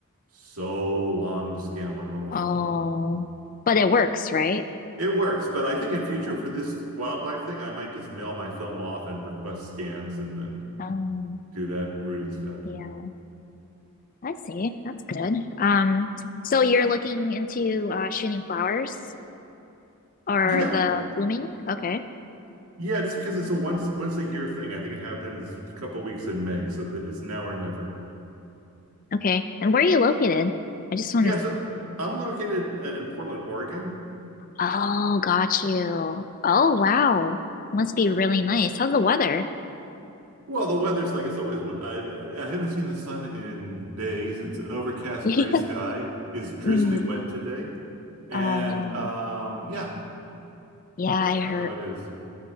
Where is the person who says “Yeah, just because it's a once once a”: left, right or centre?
Right